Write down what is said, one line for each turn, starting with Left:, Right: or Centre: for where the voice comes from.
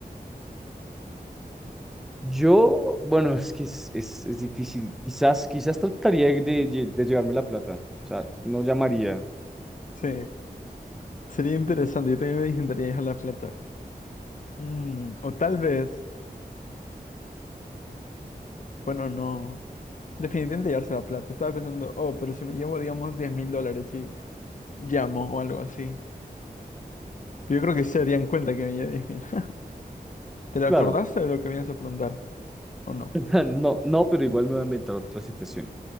Centre: yo, bueno, es que es, es, es difícil. Quizás, quizás trataría de, lle- de llevarme la plata. O sea, no llamaría.
Left: Sí, sería interesante. Yo también me intentaría dejar la plata. Mm, o tal vez, bueno, no. Definitivamente llevarse la plata. Estaba pensando, oh, pero si me llevo, digamos, diez mil dólares y llamo o algo así. Pero yo creo que sí se darían cuenta que me llevé diez mil. <laughs> ¿Te lo acordaste
Centre: Claro.
Left: de lo que venías a preguntar? ¿O no?
Centre: <laughs> No, no, pero igual me voy a inventar otra situación.